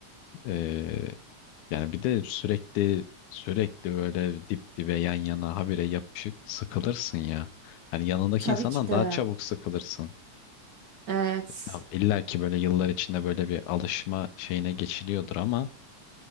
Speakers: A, on the left (about 80°); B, on the right (about 40°).
A: eee, yani bir de sürekli sürekli böyle dip dibe yan yana habire yapışık sıkılırsın ya. Hani yanındaki
B: <laughs> Tabii
A: insandan
B: ki de.
A: daha çabuk sıkılırsın.
B: Evet.
A: Tamam, illa ki böyle yıllar içinde böyle bir alışma şeyine geçiliyordur ama